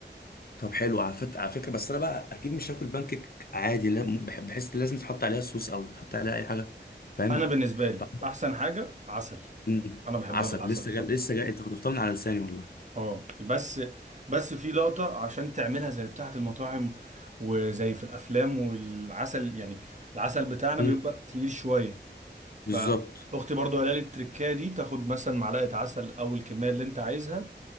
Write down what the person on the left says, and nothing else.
طب حلو على فت... على فكره بس انا بقى اكيد مش هاكل بانكيك عادي لا بح- بحس لازم تحط عليها صوص او تحط عليها اي حاجه فاهم
طب
مم.
عسل
لسه
جاي لسه جاي انت خطفتها من على لساني والله
مم.
بالظبط